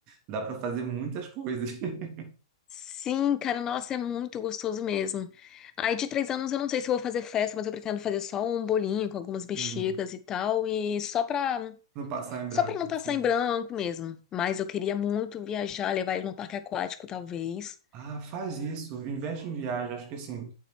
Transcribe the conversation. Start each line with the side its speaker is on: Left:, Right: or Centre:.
Right: Dá para fazer muitas coisas. <laughs>
Left: Sim, cara, nossa, é muito gostoso mesmo. Aí de três anos eu não sei se eu vou fazer festa, mas eu pretendo fazer só um bolinho com algumas bexigas
Right: Uhum.
Left: e tal, e só pra,
Right: Não passar em
Left: só
Right: branco,
Left: pra não passar
Right: sim.
Left: em branco mesmo. Mas eu queria muito viajar, levar ele num parque aquático, talvez.
Right: Ah, faz isso, investe em viagem. Acho que assim,